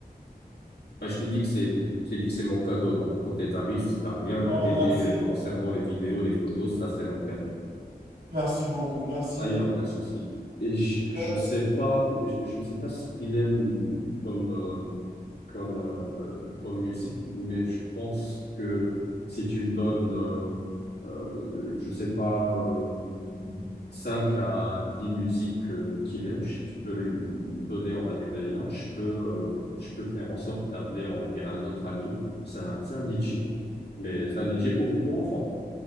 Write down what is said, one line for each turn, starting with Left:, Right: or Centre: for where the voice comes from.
Left: Ah, je t'ai dit que c'est, je t'ai dit que c'est mon cadeau. Donc, pour tes tarifs, t'as rien
Right: Oh,
Left: à payer
Right: merci.
Left: euh, concernant les vidéos, les photos. Ça, c'est mon cadeau.
Right: Merci beaucoup, merci.
Left: Ah, il n'y a aucun souci. Et je, je
Right: Euh,
Left: sais pas, je, je ne sais pas ce qu'il aime comme, euh, comme, euh, comme musique, mais je pense que si tu me donnes, euh, euh, je sais pas, euh, 5 à 10 musiques euh, qu'il aime, je- tu peux lui donner, on va dire, les liens, je peux, euh, je peux faire en sorte d'appeler, on va dire, un autre ami, c'est un, c'est un DJ, mais c'est un DJ pour, pour enfants.